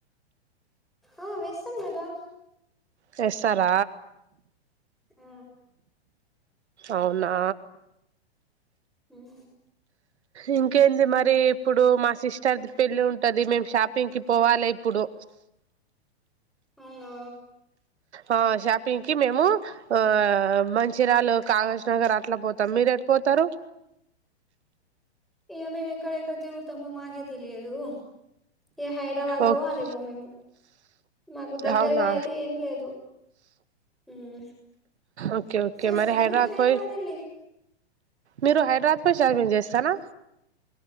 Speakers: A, in the centre; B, on the right.
A: ఆ వేస్తాం గదా
B: చేస్తార
A: ఊ
B: అవునా
A: హ్మ్
B: ఇంకేంది మరి ఇప్పుడు మా సిస్టర్ది పెళ్లి ఉంటది మేము షాపింగ్ కి పోవాలే ఇప్పుడు
A: అవునా
B: ఆ షాపింగ్ కి మేము ఆ మంచిరాలు కాగజ్ నగర్ అట్లా పోతాం మీరెటు పోతారు
A: ఇగ మేం ఎక్కడెక్కడ తరుగుతామో మాగే తెలియదు ఇగ హైదరాబాద్
B: ఓక్
A: పోవాలేమో మేము మాకు దగ్గరగా
B: అవునా
A: అయితే ఏం లేదు హ్మ్
B: ఓకే ఓకే
A: చేస్తారా
B: మరి హైదరాబాద్
A: మీరు
B: పోయి
A: వెళ్ళి
B: మీరు హైడ్రాత్ ఫుల్ షాపింగ్ చేస్తానా